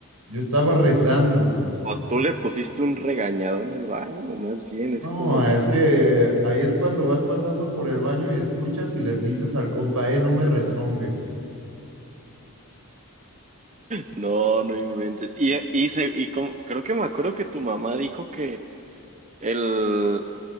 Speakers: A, on the right; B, on the right.
A: Yo estaba rezando, hermano.
B: O tú le pusiste un regañadón al baño, más bien, es
A: No,
B: como,
A: es que ahí es cuando vas pasando por el baño y escuchas y les dices al compa, eh, no me rezongue.
B: no, no inventes. Y, y, se, y como, creo que me acuerdo que tu mamá dijo que el,